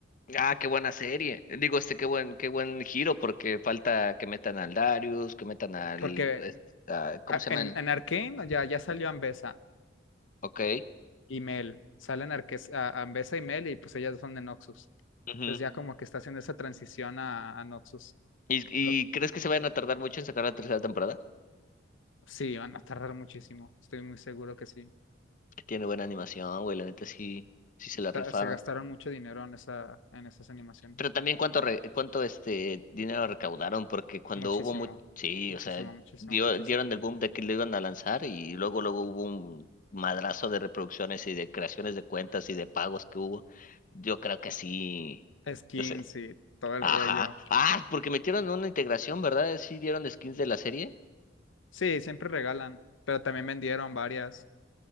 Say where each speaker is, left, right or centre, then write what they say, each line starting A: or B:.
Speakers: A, on the left (about 45°); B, on the left (about 80°).
A: Ah, qué buena serie. Digo, este, qué buen, qué buen giro, porque falta que metan al Darius, que metan al...
B: Porque
A: es- a- ¿cómo
B: a-
A: se
B: en,
A: llama el...?
B: en Arcane ya, ya salió Ambessa
A: Ok.
B: y Mel. Salen Arques- a- Ambessa y Mel y pues ellas son de Noxus.
A: Ujú.
B: Entonces ya como que está haciendo esa transición a, a Noxus.
A: ¿Y, y
B: Lo-
A: crees que se vayan a tardar mucho en sacar la tercera temporada?
B: Sí, van a tardar muchísimo, estoy muy seguro que sí.
A: que tiene buena animación, güey, la neta sí, sí se la rifaron.
B: Ta- Se gastaron mucho dinero en esa, en esas animaciones.
A: Pero también cuánto, re- cuánto este dinero recaudaron, porque cuando
B: Muchísimo,
A: hubo muy, sí,
B: muchísimo,
A: o sea,
B: muchísimo,
A: dio,
B: muchísimo.
A: dieron el boom de que lo iban a lanzar y luego, luego hubo un madrazo de reproducciones y de creaciones de cuentas y de pagos que hubo. Yo creo que sí,
B: Skins
A: yo sé.
B: y todo el
A: Ajá.
B: rollo.
A: Ah, porque metieron una integración, ¿verdad? Sí dieron skins de la serie.
B: Sí, siempre regalan, pero también vendieron varias